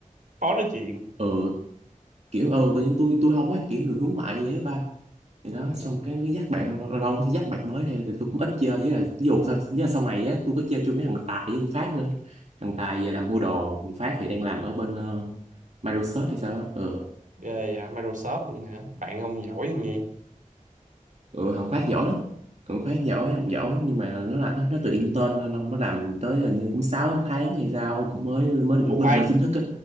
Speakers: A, on the right (about 75°); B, on the right (about 55°).
A: khó nói chuyện
B: ừ kiểu ừ tự nhiên tôi tôi không ấy kiểu người hướng ngoại vậy á ba thì
A: đúng
B: đó xong
A: rồi
B: cái nó dắt bạn lâu lâu lâu thì dắt bạn mới này thì tôi cũng ít chơi với là ví dụ sau, với là sau này á tôi có chơi chung với thằng Tài với thằng Phát nữa thằng Tài giờ làm mua đồ thằng Phát thì đang làm ở bên ờ, Microsoft hay sao á ừ.
A: ghê vậy, Microsoft luôn hả bạn ông giỏi không nhỉ
B: ừ thằng Phát giỏi lắm thằng Phát giỏi học giỏi nhưng mà nó là nó, nó tự intern nên nó làm tới là như cũng 6 tháng hay sao cũng mới mới
A: Ủa
B: được mới
A: khoan
B: được lên chính thức á